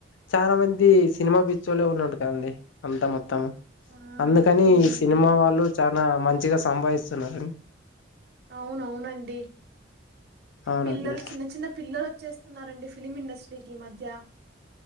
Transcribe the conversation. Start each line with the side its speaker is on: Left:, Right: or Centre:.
Left: చాలా మంది సినిమా పిచ్చోలే ఉన్నట్టు కదండీ అంతా మొత్తము
Right: ఆ
Left: అందుకని
Right: అవునండి.
Left: ఈ సినిమా వాళ్ళు చ లా మంచిగా సంభాయిస్తున్నారం
Right: అవునవునండి
Left: అవునండి
Right: పిల్లలు చిన్న చిన్న పిల్లలు వచ్చేస్త స్తున్నారండి ఫిలిమ్ ఇండస్ట్రీకి ఈ మధ్య